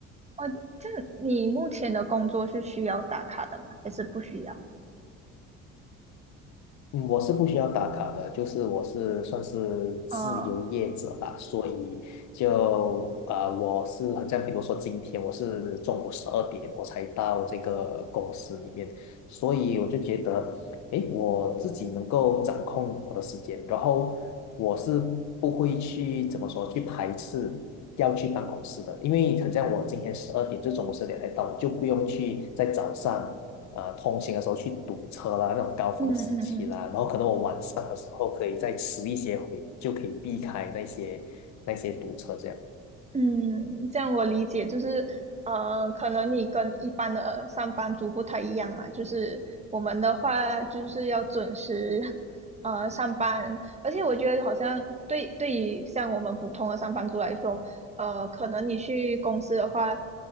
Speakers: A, on the right; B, on the left.
A: 呃，就你目前的工作是需要打卡的吗？还是不需要？
B: 嗯，我是不需要打卡的，就是我是算是自由业者吧，
A: 啊？
B: 所以就呃，我是好像比如说今天我是中午十二点我才到这个公司里面，所以我就觉得，诶，我自己能够掌控我的时间，然后我是不会去怎么说去排斥要去办公室的，因为好像我今天十二点就中午十二点才到，我就不用去在早上。呃通行的时候去堵车啦，那种高峰时期啦，
A: 嗯嗯嗯。
B: 然后可能我晚上的时候可以再迟一些回，就可以避开那些那些堵车这样。
A: 嗯，这样我理解就是，呃，可能你跟一般的上班族不太一样嘛，就是我们的话就是要准时，呃，上班，而且我觉得好像对对于像我们普通的上班族来说，呃，可能你去公司的话，